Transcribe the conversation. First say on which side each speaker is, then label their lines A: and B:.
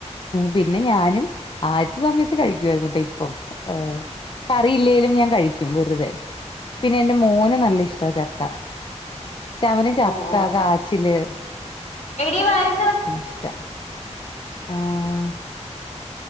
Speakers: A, on the left; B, on the left.
A: പിന്നെ
B: ഓ
A: ഞാനും ആദ്യത്തെ സമയത്ത് കഴിക്കുവായിരുന്നു ട്ടോ ഇപ്പം ഏഹ് കറിയില്ലേലും ഞാൻ കഴി ക്കും വെറുതെ. പിന്നെ എന്റെ മോന് നല്ല ഇഷ്ടാ ചക്ക. ശ മന് ചക്ക,
B: ഓ ഓ
A: കാച്ചില്,
B: എടി വര്
A: ഇഷ്ടാ ആഹ്